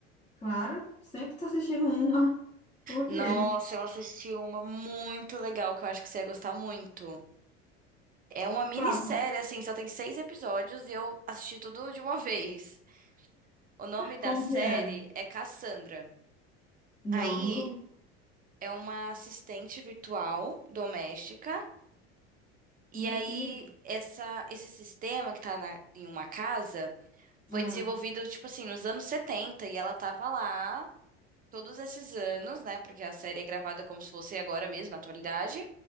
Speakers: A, on the left (about 15°); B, on the right (about 25°).
A: Claro, sempre tô assistindo uma. Por quê?
B: Nossa, eu assisti uma muito legal que eu acho que você ia gostar muito. É uma minissérie,
A: Qual?
B: assim, só tem seis episódios e eu assisti tudo de uma <laughs> vez. O nome da
A: Como
B: série
A: que é?
B: é Cassandra.
A: Não,
B: Aí
A: nunca ouvi.
B: é uma assistente virtual doméstica. E
A: Meu
B: aí,
A: Deus.
B: essa, esse sistema que tá na- em uma casa foi
A: Ah,
B: desenvolvido, tipo assim, nos anos 70 e ela tava lá todos esses anos, né? Porque a série é gravada como se fosse agora mesmo, na atualidade.